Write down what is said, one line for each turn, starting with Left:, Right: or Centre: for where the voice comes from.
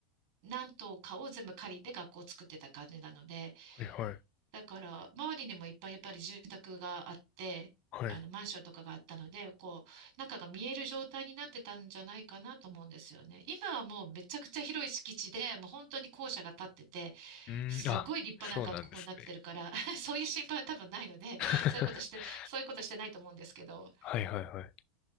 Right: 何棟かを全部借りて学校を作ってた感じなので、
Left: はいはい、
Right: だから、周りにもいっぱいやっぱり住宅があって、
Left: はい。
Right: あの、マンションとかがあったので、こう、中が見える状態になってたんじゃないかなと思うんですよね。今はもうめちゃくちゃ広い敷地で、もう本当に校舎が建ってて、
Left: うん、
Right: すごい立派な学校になってるから、
Left: あ、そうなんですね。
Right: <laughs> そういう心配は多分ないので、
Left: <laughs>
Right: そういうことして、そういうことしてないと思うんですけど、
Left: はいはいはい。